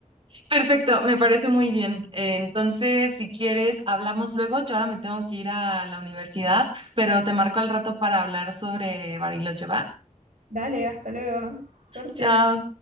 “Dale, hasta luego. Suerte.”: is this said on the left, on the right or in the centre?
Right